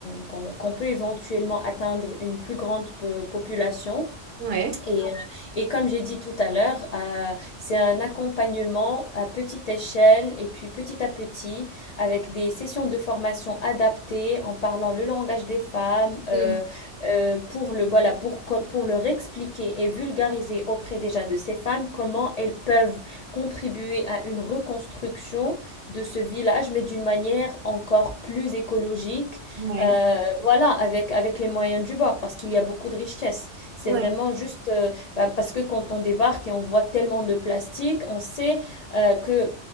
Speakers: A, on the left; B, on the right.
A: qu'on- qu'on- peut éventuellement atteindre une plus grande population
B: Mhm. Ouais.
A: et, euh, et comme j'ai dit tout à l'heure, euh, c'est un accompagnement à petite échelle et puis petit à petit avec des sessions de formation adaptées en parlant le langage des femmes euh,
B: Mm.
A: euh, pour le, voilà, pour, co- pour leur expliquer et vulgariser auprès déjà de ces femmes comment elles peuvent contribuer à une reconstruction de ce village, mais d'une manière encore plus écologique,
B: Ouais.
A: euh, voilà, avec, avec les moyens du bord parce qu'il y a beaucoup de richesses. C'est
B: Ouais.
A: vraiment juste euh, bah, parce que quand on débarque et on voit tellement de plastique, on sait euh, que